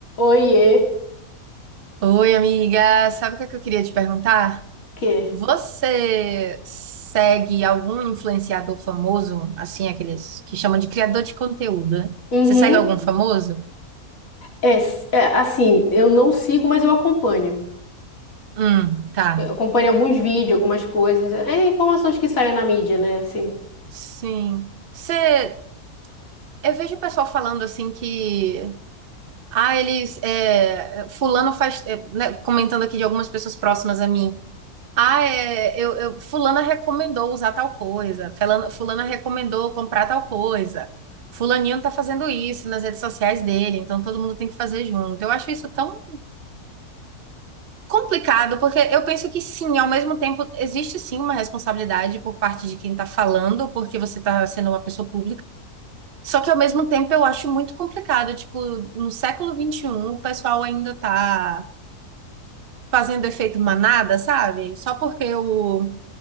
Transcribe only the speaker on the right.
Oi, amiga. Sabe o que é que eu queria te perguntar?
Você segue algum influenciador famoso, assim, aqueles que chamam de criador de conteúdo, né?
Você segue algum famoso?
Hum, tá.
Sim. Você, eu vejo o pessoal falando assim que, ah, eles, é, fulano faz, é, né, comentando aqui de algumas pessoas próximas a mim. Ah, é, eu, eu- fulana recomendou usar tal coisa, fulana, fulana recomendou comprar tal coisa, fulaninho tá fazendo isso nas redes sociais dele, então todo mundo tem que fazer junto. Eu acho isso tão complicado, porque eu penso que sim, ao mesmo tempo existe sim uma responsabilidade por parte de quem tá falando, porque você tá sendo uma pessoa pública, só que ao mesmo tempo eu acho muito complicado, tipo, no século vinte e um o pessoal ainda tá fazendo efeito manada, sabe? Só porque o